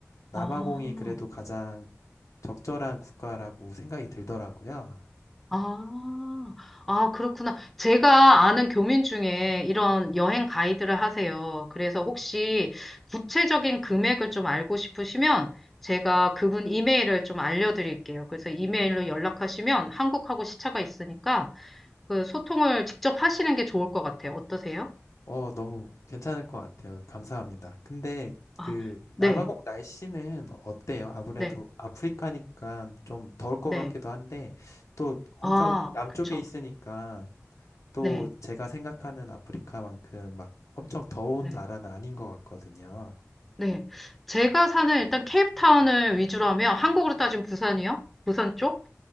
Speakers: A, on the left; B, in the centre.
A: 남아공이
B: 아.
A: 그래도 가장 적절한 국가라고 생각이 들더라고요.
B: 아, 아, 그렇구나. 제가 아는 교민 중에 이런 여행 가이드를 하세요. 그래서 혹시 구체적인 금액을 좀 알고 싶으시면 제가 그분 이메일을 좀 알려드릴게요. 그래서 이메일로 연락하시면 한국하고 시차가 있으니까 그 소통을 직접 하시는 게 좋을 것 같아요. 어떠세요?
A: 어, 너무 괜찮을 것 같아요. 감사합니다. 근데
B: 아,
A: 그
B: 네,
A: 남아공 날씨는 어때요? 아무래도
B: 네,
A: 아프리카니까 좀 더울 것
B: 네.
A: 같기도 한데 또 엄청
B: 아,
A: 남쪽에
B: 그쵸.
A: 있으니까 또
B: 네,
A: 제가 생각하는 아프리카만큼 막 엄청 더운
B: 네,
A: 나라는 아닌 것 같거든요.
B: 네. 제가 사는 일단 케이프타운을 위주로 하면 한국으로 따지면 부산이요? 부산 쪽?